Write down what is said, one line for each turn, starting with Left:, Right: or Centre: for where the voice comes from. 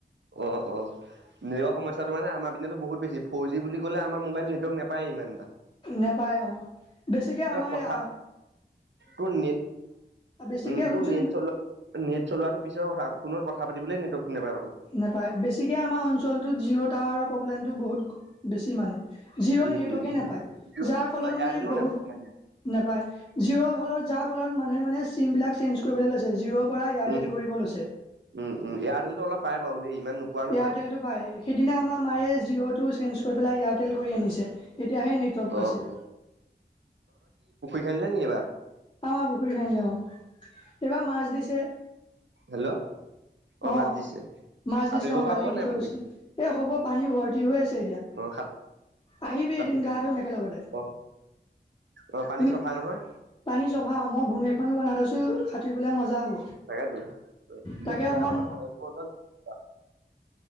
Right: অ অ। নেটৱৰ্কৰ সম্যাটো মানে আমাৰ পিনে বহুত বেছি ফৰ জি বুলি কলে আমাৰ মোবাইল নেটৱৰ্ক নাপায়েই ইমানটা।
Left: নাপায় অঁ বেছিকে আমাৰ
Right: কথা
Left: ইয়াৰ-
Right: তোৰ নেট,
Left: বেছিকে
Right: উম
Left: শুনচোন
Right: তোৰ নেট চলোৱা নেট চলোৱাটো পিছৰ কথা ফোনত কথা পাতিবলে নেটৱৰ্ক নাপাই ভালকে।
Left: নাপায় বেছিকৈ আমাৰ অঞ্চলটোত জিঅ' টাৱাৰৰ প্ৰব্লেমটো বহুত বেছি মানে। জিঅ'
Right: উম,
Left: নেটৱৰ্কে নাপায়
Right: উম।
Left: যাৰ ফলত মানে
Right: এয়াৰটেলো
Left: বহুত-
Right: নাপায় মানে।
Left: নাপায় জিৱৰ ফলত যা ফলত মানুহে মানে চিম বিলাক চেঞ্জ কৰিবলৈ লৈছে জিঅ'ৰ পৰা এয়াৰটেল
Right: উম,
Left: কৰিব লৈছে
Right: উম, উম ইয়াৰ্টেলটো অলপ পায় বাৰু দেই ইমান নোপোৱা নহয়।
Left: এয়াৰটেলটো পায় সেইদিনা মাইয়ে জিঅ'টো চেন্স গৈ পেলাই এয়াৰটেল কৰি আনিছে, এতিয়াহে নেটৱৰ্ক পাইছে।
Right: অ', খেললে নি এইবাৰ?
Left: আমাৰ পুখুৰী খাই অ, এইবাৰ মাছ দিছে
Right: হেল্ল' অঁ
Left: অ
Right: মাছ দিছে।
Left: মাছ
Right: সাঁতুৰিব
Left: দিছে অ
Right: পৰা
Left: কালি
Right: হ'ব
Left: দি
Right: নাই
Left: থৈ
Right: পুখুৰীত?
Left: গৈছে, এ হ'ব পানী ভৰ্তি হৈ আছে এতিয়া।
Right: অ' সাত
Left: আহিবি
Right: পানী
Left: এদিন গা ধুম একেলগতে?
Right: অ', অ' পানী
Left: শুনি,
Right: চফা নহয়
Left: পানী চফা মই ভূই এখনো বনাই থৈছো সাতুৰিবলৈ মজা হ'ব।
Right: তাকেটো, এতিয়া
Left: তাকে অকমান
Right: আমাৰ কলেজ বন্ধত